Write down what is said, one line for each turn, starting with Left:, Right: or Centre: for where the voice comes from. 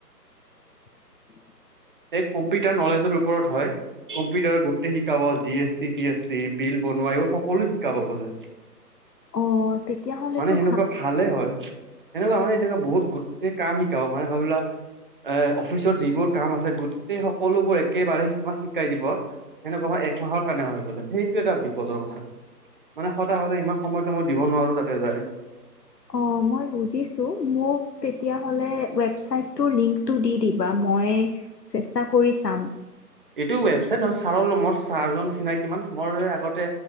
Left: <inaudible>
Right: সেই কম্পিউটাৰ নলেজৰ ওপৰত হয়। কম্পিউটাৰ গোটেই শিকাব G S T C S T bill বনোৱা এইবোৰ সকলো শিকাব বোলে।
Left: অ' তেতিয়াহ'লেতো
Right: মানে সেনেকুৱা ভালেই হয়। সেনেকুৱা নহয় এতিয়াত বহুত গোটেই কাম শিকাব মানে ভাবিলোৱা এ অফিচত যিবোৰ কাম আছে গোটেই সকলোবোৰ একেবাৰে তোমাক শিকাই দিব, সেনেকুৱা হয় একমাহৰ কাৰণে হৈ বোলে। সেইটো এটা বিপ দল কথা। মানে সদায় সদায় ইমান সময়তো মই দিব নোৱাৰো তাতে যায়।
Left: অ মই বুজিছোঁ, মোক তেতিয়াহ'লে ৱেবচাইটটোৰ লিংকটো দি দিবা মই চেষ্টা কৰি চাম।
Right: এইটো ৱেবচাইট নহয় ছাৰ মোৰ ছাৰজন চিনাকি মান মোৰ আগতে